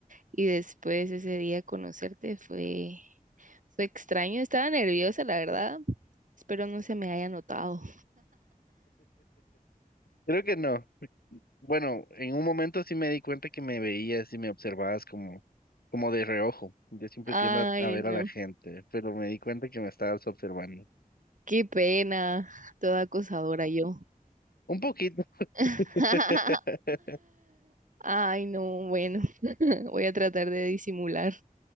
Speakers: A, on the right; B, on the left.
A: y después ese día conocerte fue, fue extraño, estaba nerviosa, la verdad. Espero no se me haya notado.
B: Creo que no. Bueno, en un momento sí me di cuenta que me veías y me observabas como, como de reojo. Yo siempre
A: Ay,
B: tiendo a, a ver
A: no,
B: a la gente, pero me di cuenta que me estabas observando.
A: qué pena, toda acosadora yo.
B: Un poquito. <laughs>
A: <laughs> Ay, no, bueno, <laughs> voy a tratar de disimular.